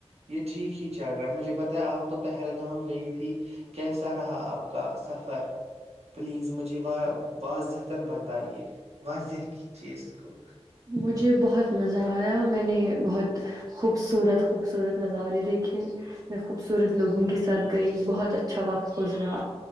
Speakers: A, on the right; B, on the right.
A: یہ ٹھیک ہے چل رہا ہے مجھے بت آپ تو پہلگام گئی تھی کیسا رہا آپ کا سفر پلیز مجھے واضحتا بتائیے واضح کیجیے اس کو
B: مجھے بہت مزہ آیا میں نے بہت خوبصورت خوبصورت نظارے دیکھے میں خوبصورت لوگوں کے ساتھ گئی بہت اچھا وقت گزرا